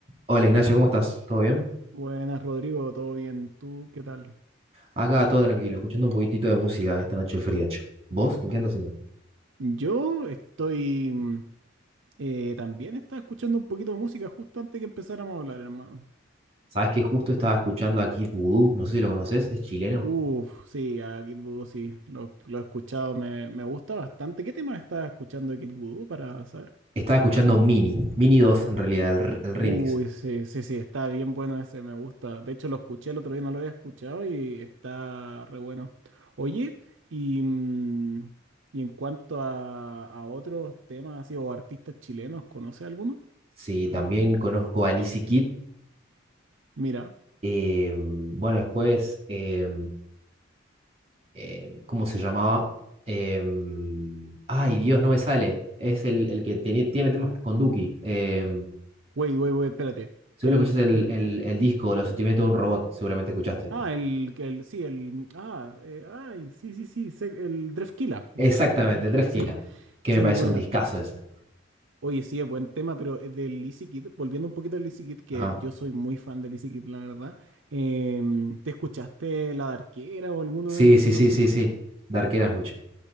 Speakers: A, on the right (about 30°); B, on the right (about 65°).
A: Hola Ignacio, ¿cómo estás? ¿Todo bien?
B: Buenas, Rodrigo, ¿todo bien? ¿Tú qué tal?
A: Acá todo tranquilo, escuchando un poquitito de música esta noche fría, che. ¿Vos? ¿En qué andas haciendo?
B: Yo estoy... mm, eh, también estaba escuchando un poquito de música justo antes que empezáramos a hablar, hermano.
A: Sabés que justo estaba escuchando aquí Voodoo, no sé si lo conoces, es chileno.
B: Uf, sí, a Kid Voodoo sí, lo, lo he escuchado, me, me gusta bastante. ¿Qué tema estás escuchando de Kid Voodoo para saber?
A: Estaba escuchando Mini, Mini dos en realidad, el, r- el remix.
B: Uy, sí, sí, sí, está bien bueno ese, me gusta. De hecho, lo escuché el otro día, no lo había escuchado y está re bueno. Oye, y, mm, y en cuanto a, a otros temas así o artistas chilenos, ¿conoce alguno?
A: Sí, también conozco a Lizzy Kid.
B: Mira,
A: eh, bueno, después, eh, eh, ¿cómo se llamaba? Eh, ay, Dios, no me sale. Es el, el que tiene, tiene temas con Duki. eh,
B: wait, wait, wait, espérate.
A: Seguro
B: El,
A: escuchaste el,
B: pero,
A: el, el disco Los sentimientos de un robot, seguramente escuchaste.
B: ah, el, que el, sí, el, ah, eh, ay, sí, sí, sí, sé- el Drefkila, bro.
A: Exactamente,
B: Drefkila,
A: Tres Kila,
B: sí,
A: que
B: sí,
A: me parece
B: buena.
A: un discazo ese.
B: Oye, sí, es buen tema, pero eh, del Easy Kid, volviendo un poquito al Easy Kid, que
A: Ajá.
B: yo soy muy fan del Easy Kid, la verdad. Em, ¿te escuchaste La Darquera o alguno
A: Sí,
B: de,
A: sí,
B: de
A: sí,
B: los discos,
A: sí, sí.
B: sí?
A: De arquera me escuché.